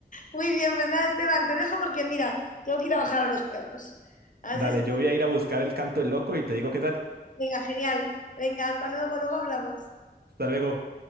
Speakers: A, on the left; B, on the right.
A: Muy bien, pues nada, Esteban, te dejo porque mira, tengo que ir a bajar a los perros. Así
B: Dale,
A: es
B: yo voy a ir a buscar el canto del loco y te digo qué tal.
A: Venga, genial. Venga, hasta luego, luego hablamos.
B: Hasta luego.